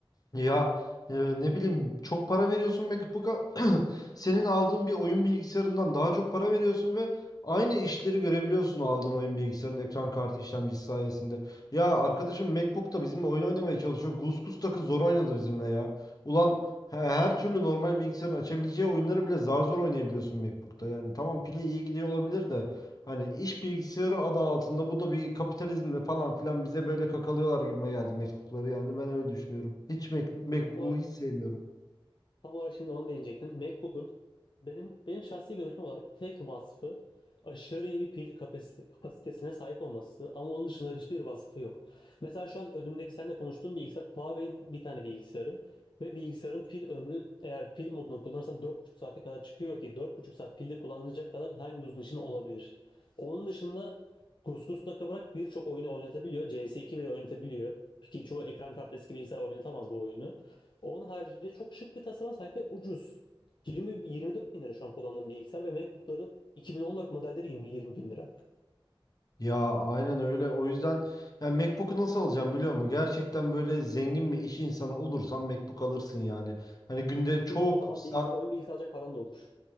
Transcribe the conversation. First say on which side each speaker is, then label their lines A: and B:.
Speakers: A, on the left; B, on the left.
A: ya e, ne bileyim çok para veriyorsun MacBook'a <clears throat> senin aldığın bir oyun bilgisayarından daha çok para veriyorsun ve aynı işleri görebiliyorsun aldığın oyun bilgisayarının ekran kartı işlemcisi sayesinde. Ya arkadaşım MacBook'ta bizimle oyun oynamaya çalışıyor. Gus takı zor oynadı bizimle ya. Ulan he- her türlü normal bilgisayarın açabileceği oyunları bile zar zor oynayabiliyorsun MacBook'ta. Yani tamam pili iyi gidiyor olabilir de Hani iş bilgisayarı adı altında bu da bir kapitalizmle falan filan bize böyle kakalıyorlar gibime geldi mektupları yani ben öyle düşünüyorum. Hiç Mac- MacBook'u
B: Tam olarak
A: hiç sevmiyorum.
B: Tam olarak şimdi onu değinecektim. MacBook'un benim benim şahsi görüşüm olarak tek vasfı aşırı iyi bir pil kapasite- kapasitesine sahip olması ama onun dışında hiçbir vasfı yok. Mesela şu an önümdeki seninle konuştuğum bilgisayar Huawei'in bir tane bilgisayarı ve bilgisayarın pil ömrü eğer pil modunu kullanırsan dört buçuk saate kadar çıkıyor ki dört buçuk saat pilde kullanılacak kadar hangi uzun işin olabilir? Onun dışında Kuskus nakı bırak birçok oyunu oynatabiliyor. CS2 bile oynatabiliyor. Ki çoğu ekran kartı eski bilgisayar oynatamaz bu oyunu. Onun haricinde çok şık bir tasarıma sahip ve ucuz. 20, 24 bin lira şu an kullandığım bilgisayar ve MacBook'ların 2014 modelleri 20, 20 bin lira.
A: Ya aynen öyle. O yüzden yani MacBook'u nasıl alacağım biliyor musun? Gerçekten böyle zengin bir iş insanı olursan MacBook alırsın yani. Hani günde çok
B: Çünkü o zaman
A: sa-
B: bilgisayar, oyun bilgisayar alacak paran da olur.